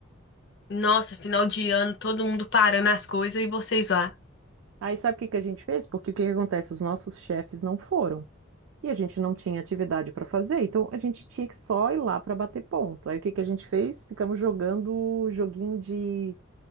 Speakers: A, on the left (about 55°); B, on the right (about 75°).
A: Nossa, final de ano, todo mundo parando as coisas e vocês lá.
B: Aí sabe o que que a gente fez? Porque o que que acontece? Os nossos chefes não foram. E a gente não tinha atividade para fazer, então a gente tinha que só ir lá para bater ponto. Aí o que que a gente fez? Ficamos jogando joguinho de.